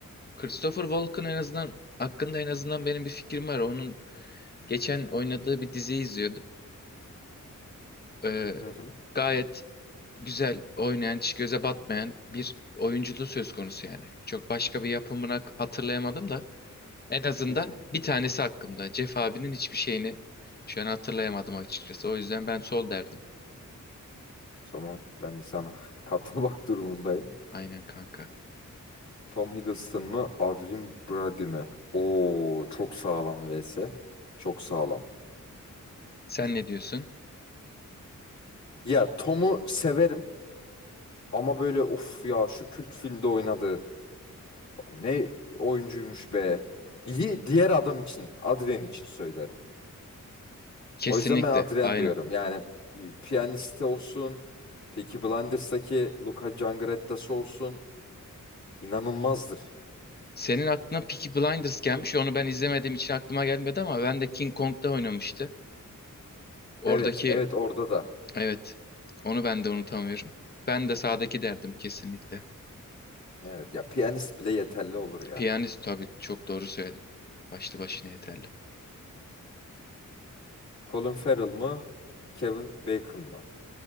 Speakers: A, on the left (about 30°); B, on the left (about 60°).
A: Christopher Walken en azından hakkında en azından benim bir fikrim var. Onun Geçen oynadığı bir diziyi izliyordum. Ee,
B: Hı hı.
A: gayet güzel oynayan, hiç göze batmayan bir oyunculuğu söz konusu yani. Çok başka bir yapımını hak- hatırlayamadım da en azından
B: Hı hı.
A: bir tanesi hakkımda. Jeff abinin hiçbir şeyini şu an hatırlayamadım açıkçası. O yüzden ben sol derdim.
B: O zaman ben de sana <laughs> katılmak durumundayım.
A: Aynen kanka.
B: Tom Hiddleston mı, Adrien Brody mi? Oo, çok sağlam vs. Çok sağlam.
A: Sen ne diyorsun?
B: Ya Tom'u severim ama böyle of ya şu kült filmde oynadı. Ne oyuncuymuş be. Yi- Diğer adam için, Adrien için söylerim.
A: Kesinlikle,
B: O yüzden ben Adrien
A: aynen.
B: diyorum. Yani bir piyaniste olsun, Peaky Blinders'daki Luca Cangarettası olsun inanılmazdır.
A: Senin aklına Peaky Blinders gelmiş. Onu ben izlemediğim için aklıma gelmedi ama ben de King Kong'da oynamıştı. Oradaki
B: Evet, evet orada da.
A: Evet. Onu ben de unutamıyorum. Ben de sağdaki derdim kesinlikle.
B: Evet ya piyanist bile yeterli olur ya.
A: Piyanist tabii çok doğru söyledin. Başlı başına yeterli.
B: Colin Farrell mı? Kevin Bacon mı?